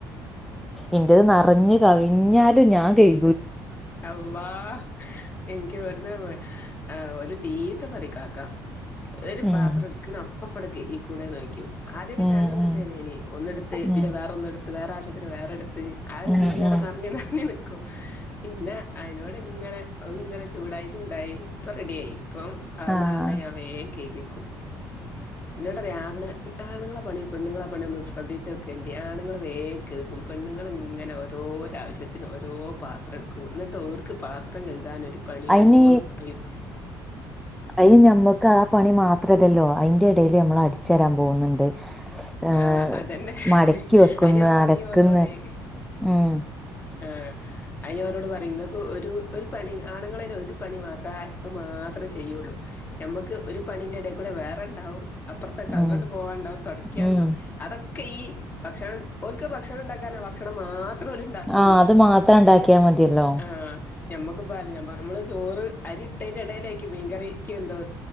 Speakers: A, in the centre; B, on the left.
A: ഇന്റെഹ് നറഞ് കവിഞ്ഞാലും ഞാൻ കഴി
B: ഹ് അള്ളാഹ്. എനിക്ക് ഇവിട്ന്ന് ഓല് ചീത്ത പറിം കാക്ക. ഒരു പാത്രം
A: ഉം
B: ഇടു ക്ണെ അപ്പപ്പട്ക്ക് കൈകികൂടെയ് നോയ്ക്കും. ആദ്യാെക്കെ
A: ഉം
B: ഞാനും അങ്ങൻത്തെന്നേനി.
A: ഉം
B: ഒന്നെട്ത്ത്
A: ഉം
B: പിന്നെ വേറെ ഒന്നെടു വേറെ ആവശ്യത്തിന് വേറെടുത്ത്. അത്
A: ഉം
B: ഇങ്ങനെ
A: ഉം
B: നെറ്ഞ്ഞ നെറ്ഞ്ഞ് നിക് പിന്നെ അയ്നോട് ഇങ്ങനെ അഹ് ഇങ്ങനെ ചൂടായി ചൂടായി ഇപ്പൊ റെഡി ആയി. ഇപ്പം ആവ്ണെ
A: ആഹ്
B: ആവ്ണ ഞാ വേം കെഴ്ക്യക്കും. ഇന്നോടറിം ആവ്ണെ ആണുങ്ങളെ പണിം പെണ്ണ്ങ്ങളെ പണിം ഒന്ന് ശ്രദ്ധിച്ചോക്കെണ്ടി. ആണുങ്ങള് വേം കെകും. പെണ്ണുങ്ങള് ഇങ്ങനെ ഓരോരാവശ്യത്തിനു ഓരോ പാത്രം ഇടുക്കും. ഇന്നട്ട് ഓർക്ക് പാത്രം കഴു കാൻ ഒരു പണിയോന്ന്
A: അയിന്
B: പറയും.
A: അയ്ന് ഞമ്മക്ക് ആ പണി മാത്രല്ലല്ലോ. അയ്ന്റെ എടേല് നമ്മൾ അടിച്ചേരാൻ പോകുന്നുണ്ട്. ഏഹ്
B: ആഹ് അതെന്നെ.
A: മടക്കി വെക്കുന്ന്
B: ആ ഞാൻ പറയും
A: അലക്കുന്ന്
B: ഓലോട്.
A: ഉം
B: ആഹ് അത് ഞാൻ ഓലോട് പറിം. ഇങ്ങക്ക് ഒരു ഒരു പണി ആണുങ്ങളയ്ന് ഒരു പണി മാത്രേ മാത്രേ ചെയ്യൊള്ളു. ഞമ്മക്ക് ഒരു പണിന്റെ എടേക്കൂടെ വേറെണ്ടാവും. അപ്പൊറ്ത്തേക്കെ അങ്ങോട്ട്
A: ഉം
B: പോകാ ഇണ്ടാവും. തൊടക്കാണ്ടാവും.
A: ഉം
B: അതൊക്കെ ഈ ഭക്ഷണം ഓൽക്ക് ഭക്ഷണം ഇണ്ടാക്കാനാ ഭക്ഷണം മാത് ത്രം ഓല് ഇണ്ടാക്കൊള്ളു.
A: ആ അത് മാത്രം ഉണ്ടാക്കിയാ മതിയല്ലോ
B: ആഹ് ഞമ്മക്ക് പാല <unintelligible> ഞ <unintelligible> ഞമ്മള് ചോറ് അരി ഇട്ടേന്റെ എടേലേയ്ക്കും മീൻകറിയ്ക്ക് എന്തോ.